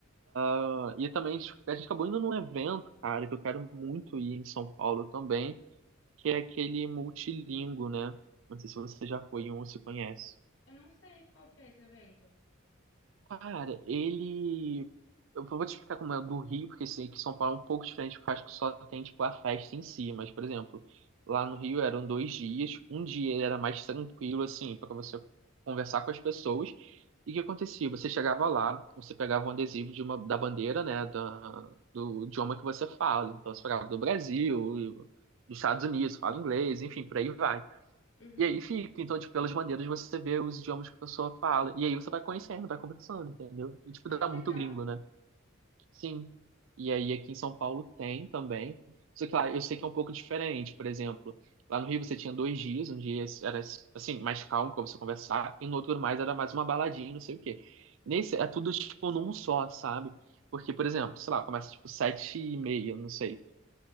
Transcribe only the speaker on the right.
Ah, E também a gente acabou indo num evento, cara, que eu quero muito ir em São Paulo também, que é
aquele multilingo, né? Não sei se você já foi em um, se conhece.
Cara, ele. Eu vou te explicar como é do Rio, porque sei que São Paulo é um pouco diferente, porque eu acho que só tem, tipo, a festa em si. Mas, por exemplo, lá no Rio eram dois dias. Um dia ele era mais tranquilo, assim, para você conversar com as pessoas. E o que acontecia? Você chegava lá, você pegava um adesivo de uma, da bandeira, né, da, do idioma que você fala. Então, você pegava do Brasil, dos Estados Unidos, fala inglês, enfim, por aí vai.
E aí fica, então, tipo, pelas maneiras você vê os idiomas que a pessoa fala. E aí você vai conhecendo, vai conversando, entendeu? E, tipo,
dá
muito gringo, né? Sim. E aí aqui em São Paulo tem também. Só que lá eu sei que é um pouco diferente, por exemplo. Lá no Rio você tinha dois dias, um dia era, assim, mais calmo pra você conversar, e no outro mais era mais uma baladinha, não sei o quê. Nesse é tudo, tipo, num só, sabe? Porque, por exemplo, sei lá, começa, tipo, sete e meia, não sei.